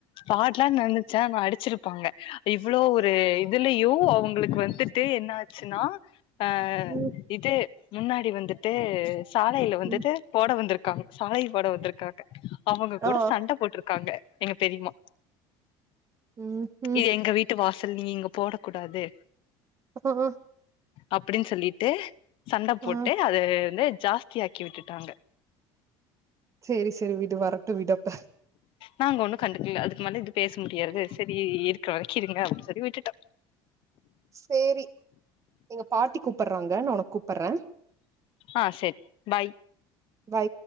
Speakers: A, on the left; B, on the right.
A: பாட்லா நெனச்சே ஆனா அடிச்சிருப்பாங்க இவ்ளோ ஒரு இதுலியு அவங்களுக்கு வந்துட்டு என்னா ச்சுன்னா ஆ
B: ம்
A: இது முன்னாடி வந்துட்டு சாலையில
B: ம்
A: வந்துட்டு போட வந்துருக்கு க்காங்க சாலை போட வந்துருக்காங்க. அவங்க கூட
B: ஆ
A: சண்ட போட்ருக்காங்க எங்க பெரிம்மா
B: ம் ம்
A: இது எங்க வீட்டு வாச நீங்க இங்க போடக்கூடாது
B: ஹும்
A: அப்டின்னு சொல்லிட்டு சண்ட போட்டு
B: ஆ
A: அது வந்து ஜாஸ்தியாக்கி விட்டுட்டாங்க
B: சேரி சேரி வீடு வர டு விடட்டஹ்
A: நாங்க ஒன்னு கண்டுக்கல அதுக்கு மேல இது பேச முடியாது சரி இருக்கிற வரைக்கு இருங்க அப்டின்னு சொல்லி விட்டுட்டோ
B: சேரி எங்க பாட்டி கூப்புடுறாங்க நா உனக் கூப் புறே
A: ஆஹ் சர் பாய்
B: பாய்